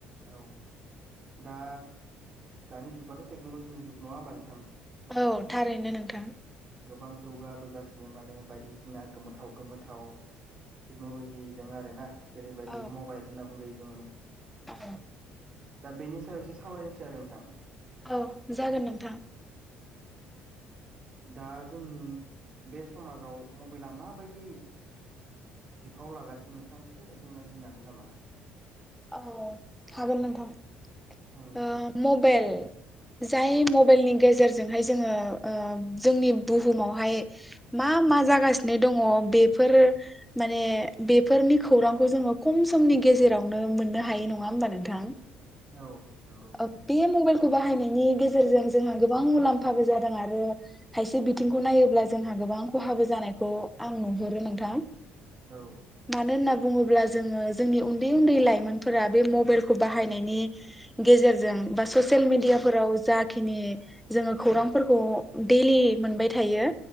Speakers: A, on the right (about 30°); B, in the centre.
A: औ दा दानि जुगाथ' टेक्न'लजिनि जुग नङा होमबा नोंथां
B: औ थारैनो नोंथां
A: गोबां जौगाबोगासिनो माने बायदिसिना गोमोथाव गोमोथाव टेक्न'लजिजों आरोना जेरैबायदि
B: औ
A: मबाइल होनना बुंजायो दोङो
B: औ <inaudible>
A: दा बेनि सायाव एसे सावरायनिसै आरो नोंथां
B: औ जागोन नोंथां
A: दा जोंनि बे समाजाव मबाइला माबायदि बिफाव लागासिनो नोंथाङा एसे बुंनानै होनो हागोन नामा
B: औ हागोन नोंथां
A: औ
B: ओ मबेल जाय मबाइलनि गेजेरजोंहाय जोङो ओ जोंनि बुहुमावहाय मा मा जागासिनो दङ बेफोर माने बेफोरनि खौरांखौ जोङो खम समनि गेजेराव नो मोननो हायो नङा होमबा नोंथां?
A: औ नंगौ
B: आब बेयो मबाइल बाहायनायनि गेजेरजों जोंहा गोबां मुलाम्फाबो जादों आरो खायसे बिथिंखौ नायोब्ला जोंहा गोबां खहाबो जानायखौ आं नुहुरो नोंथां
A: औ
B: मानोना बुङोब्ला जोङो जोंनि उन्दै उन्दै लाइमोनफोरा बे मबाइलखौ बाहायनायनि गेजेरजों बा ससियेल मेडियाफोराव जाखिनि जोङो खौरांफोरखौ देलि मोनबाय थायो